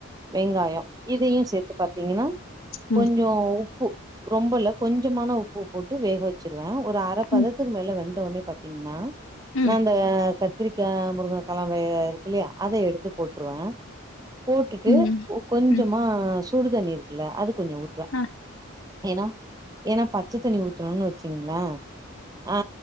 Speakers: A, on the right; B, on the left.
A: வெங்காயோ இதயு சேத்து பாத்தீங்ன்னா
B: ம்
A: கொஞ்சோ உப்பு ரொம்பல்ல கொஞ்சமான உப்பு போட்டு வேக வச்சிருவே ஒரு அர பதத்துக்கு
B: ம்
A: மேல வெந் த ஒன்னே பாத்தீங்ன்னா
B: ம்
A: நாந்த பத் கத்திரிக்கா முருங்ககாலா வெ இருக்கு இல்லையா அத எடுத்து போட்டுருவே போட்டுட்டு
B: ம் ம்
A: கொஞ்சமா
B: ம்
A: சுடுதண்ணி இருக்குல அது கொஞ்சோ ஊத்துவே
B: அ
A: ஏன்னா ஏன்னா பச்சத்தண்ணி ஊத்துன்னோனு வச்சீங்ளே அ